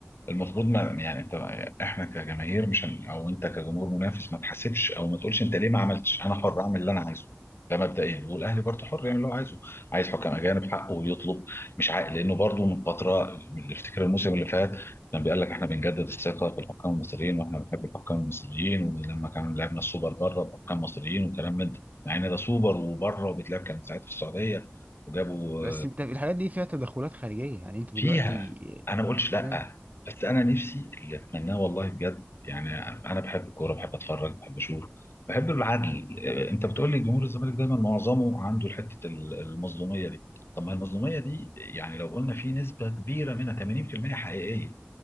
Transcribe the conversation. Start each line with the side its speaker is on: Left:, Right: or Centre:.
Left: المفروض ما يعني انت احنا كجماهير مش هن او انت كجمهور منافس ما تحاسبش او ما تقولش انت ليه ما عملتش انا حر اعمل اللي انا عايزه ده مبدئيا والاهلي برضه حر يعمل اللي هو عايزه عايز حكم اجانب حقه ويطلب مش عاق لانه برضه من فتره من- افتكر الموسم اللي فات كان بيقول لك احنا بنجدد الثقه في الحكام المصريين واحنا بنحب الحكام المصريين ولما كان لعبنا السوبر بره بحكام مصريين وكلام من ده مع ان ده سوبر وبره وبيتلعب كان ساعتها في السعوديه وجابوا
Right: بس انت الحاجات دي فيها تدخلات خارجيه يعني انت
Left: فيها
Right: دلوقتي
Left: انا
Right: آه،
Left: ما قلتش
Right: فاهم
Left: لا بس انا نفسي اللي اتمناه والله بجد يعني انا بحب الكوره بحب اتفرج بحب اشوف بحب العدل آه، انت بتقول لي جمهور الزمالك دايما معظمه عنده حته ال- المظلوميه دي طب ما المظلوميه دي يعني لو قلنا في نسبه كبيره منها 80% حقيقيه